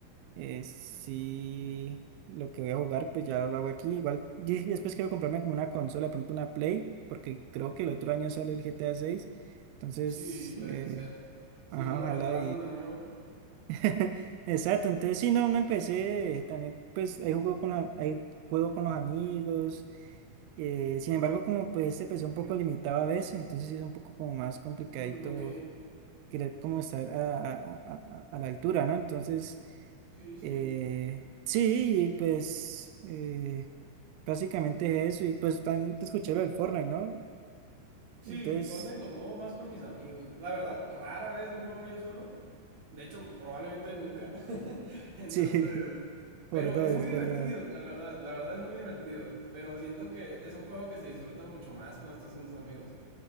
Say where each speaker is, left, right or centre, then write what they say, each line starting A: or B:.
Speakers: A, on the right; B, on the right.
A: eh, sí, lo que voy a jugar, pues ya lo hago aquí, igual y después quiero comprarme como una consola, de pronto una Play, porque creo que el otro año sale el GTA seis entonces,
B: Sí, parece
A: eh,
B: ser. Si
A: ajá,
B: no lo
A: ojalá
B: retrasan de nuevo.
A: <laughs> Exacto, entonces sí, no, no empecé, también pues ahí juego con la, ahí juego con los amigos, eh, sin embargo como pues se empezó un poco limitado a veces, entonces sí es un poco como más complicadito
B: Mm, ok.
A: querer como estar a, a- a- a- a la altura, ¿no? Entonces,
B: Sí, sí.
A: eh, sí, y, pues eh, básicamente es eso, y pues también te escuché lo del Fortnite, ¿no?
B: Sí,
A: Entonces,
B: Fortnite lo juego más con mis amigos. La verdad, rara vez lo juego yo solo. De hecho, probablemente nunca. <laughs> Entonces,
A: sí, <laughs> por
B: pero
A: dos,
B: es muy
A: es
B: divertido,
A: verdad,
B: la verdad, la verdad es muy divertido. Pero siento que es un juego que se disfruta mucho más cuando estás con tus amigos.